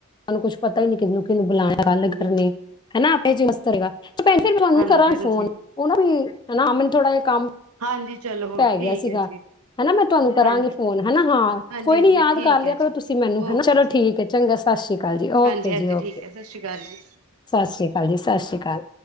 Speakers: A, on the left; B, on the right.
A: ਕੁਛ ਪਤਾ ਹੀ ਨਹੀਂ ਕਿੰਨੂ ਕਿੰਨੂ ਬੁਲਾਇਆ ਗੱਲ ਕਰਨੀ
B: ਹੂੰ
A: ਹਨਾ ਪੇ ਜੀ ਮਸਤ ਰਏਗਾ ਭੈਣ ਜੀ
B: ਹਾਂਜੀ
A: ਕਰਾਂ
B: ਹਾਂਜੀ
A: ਫੋਨ ਉਹਨਾਂ ਵੀ ਹਨਾ ਮੇਨ ਥੜਾ ਇਹ ਕੰਮ
B: ਹਾਂਜੀ ਚਲੋ
A: ਪੈ
B: ਠੀਕ
A: ਗਿਆ ਸੀਗਾ
B: ਹੈ ਜੀ
A: ਹਨਾ ਮੈਂ ਤੁਹਾਨੂੰ ਕਰਾਂਗੀ
B: ਹਾਂਜੀ
A: ਫੋਨ ਹਨਾ ਹਾਂ
B: ਹਾਂਜੀ
A: ਕੋਈ
B: ਹਾਂਜੀ
A: ਨੀ ਯਾਦ
B: ਠੀਕ
A: ਕਰ ਲਿਆ
B: ਹੈ
A: ਕਰੋ
B: ਜੀ
A: ਤੁਸੀਂ ਮੈਨੂੰ
B: ਓਕੇ
A: ਹਨਾ ਚਲੋ
B: ਜੀ
A: ਠੀਕ ਹੈ ਚੰਗਾ ਪਲਾਸਟਿਕ ਜੀ ਓਕੇ
B: ਹਾਂਜੀ ਹਾਂਜੀ
A: ਜੀ ਓਕੇ
B: ਠੀਕ ਹੈ ਸਤਿ ਸ਼੍ਰੀ ਅਕਾਲ ਜੀ
A: ਸਤਿ ਸ੍ਰੀ ਅਕਾਲ ਜੀ ਸਤਿ ਸ਼੍ਰੀ ਅਕਾਲ